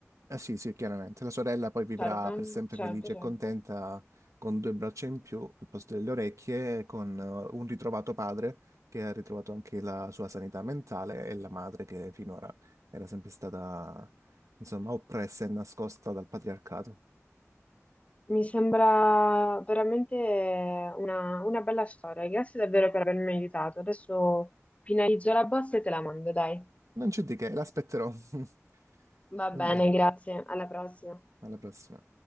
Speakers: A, on the right; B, on the left.
A: Eh sì, sì, chiaramente. La sorella poi vivrà
B: Certo,
A: per sempre
B: certo,
A: felice
B: certo.
A: e contenta con due braccia in più al posto delle orecchie, con eh, un ritrovato padre che ha ritrovato anche la sua sanità mentale e la madre che finora era sempre stata, insomma, oppressa e nascosta dal patriarcato.
B: Mi sembra veramente una, una bella storia. Grazie davvero per avermi aiutato. Adesso finalizzo la bozza e te la mando, dai.
A: Non c'è di che, l'aspetterò. <laughs>
B: Va
A: Va
B: bene,
A: bene,
B: grazie. Alla prossima.
A: alla prossima.